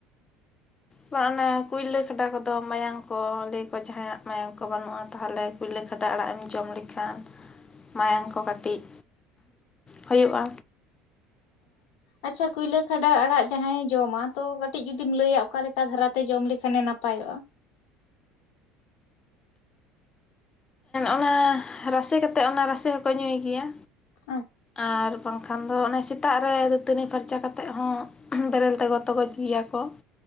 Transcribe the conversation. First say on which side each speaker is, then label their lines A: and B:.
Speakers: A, on the left (about 75°); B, on the left (about 20°).
A: <inaudible>
B: ᱢᱟ ᱚᱱᱮ ᱠᱩᱭᱞᱟᱹ ᱠᱷᱟᱰᱟ ᱠᱚᱫᱚ ᱢᱟᱭᱟᱢ ᱠᱚ ᱞᱟᱹᱭᱠᱚ ᱡᱟᱦᱟᱸᱭᱟᱜ ᱢᱟᱭᱟᱢ ᱠᱚ ᱵᱟᱹᱱᱩᱜᱼᱟ ᱛᱟᱦᱚᱞᱮ ᱯᱩᱭᱞᱟᱹ ᱠᱷᱟᱰᱟ ᱟᱲᱟᱜ ᱮᱢ ᱡᱚᱢ ᱞᱮᱠᱷᱟᱱ ᱢᱟᱭᱟᱝ ᱠᱚ ᱠᱟᱹᱴᱤᱡ ᱦᱳᱭᱳᱜᱼᱟ᱾
A: ᱟᱪᱪᱷᱟ ᱠᱩᱭᱞᱟᱹ ᱠᱷᱟᱰᱟ ᱟᱲᱟᱜ ᱡᱟᱦᱟᱸᱭᱮ ᱡᱚᱢᱟ ᱛᱚ ᱠᱟᱹᱴᱤᱡ ᱡᱩᱫᱤᱢ ᱞᱮᱭᱟ ᱚᱠᱟ ᱞᱮᱠᱟ ᱫᱷᱟᱨᱟᱛᱮ ᱡᱚᱢ ᱞᱮᱠᱷᱟᱱᱮ ᱱᱟᱯᱟᱭᱚᱜᱼᱟ?
B: ᱚᱱᱟ ᱨᱟᱥᱮ ᱠᱟᱛᱮᱜ ᱚᱱᱟ ᱨᱟᱥᱮ ᱦᱚᱸᱠᱚ ᱧᱩᱭ ᱜᱮᱭᱟ᱾
A: <unintelligible>
B: ᱟᱨ ᱵᱟᱝᱠᱷᱟᱱ ᱫᱚ ᱚᱱᱮ ᱥᱮᱛᱟᱜ ᱨᱮ ᱫᱟᱹᱛᱟᱹᱱᱤ ᱯᱷᱟᱨᱪᱟ ᱠᱟᱛᱮᱜ ᱦᱚᱸ᱾ ᱵᱮᱨᱮᱞ ᱛᱮᱠᱚ ᱛᱚᱜᱚᱡ ᱜᱮᱭᱟ ᱠᱚ